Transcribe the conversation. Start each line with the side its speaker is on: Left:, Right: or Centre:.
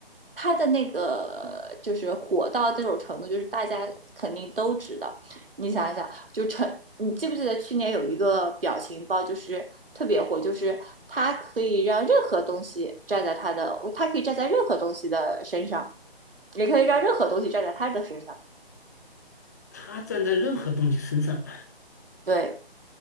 Right: 他的那个就是火到这种程度，就是大家肯定都知道。你想一想，就成，你记不记得去年有一个表情包，就是特别火，就是他可以让任何东西站在他的，他可以站在任何东西的身上，也可以让任何东西站在他的身上。
Left: 他站在任何东西身上，
Right: 对，